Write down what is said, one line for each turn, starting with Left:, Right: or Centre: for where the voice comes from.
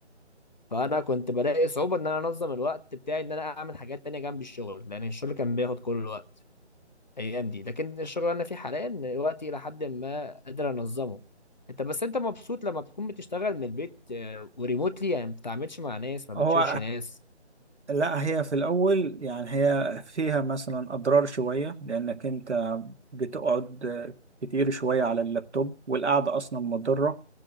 Left: فانا كنت بلاقي صعوبة ان انا انظم الوقت بتاعي ان انا اعمل حاجات تانية جنب الشغل لان الشغل كان بياخد كل الوقت الايام دي لكن الشغل اللي انا فيه حاليا وقتي الى حد ما قادر انظمه انت بس انت مبسوط لما بتكون بتشتغل من البيت آه، وريموتلي يعني ما بتتعاملش مع ناس ما بتشوفش
Right: هو
Left: ناس
Right: لا هي في الأول يعني هي فيها مثلا أضرار شوية لأنك أنت بتقعد كتير شوية على اللابتوب والقعدة أصلا مضرة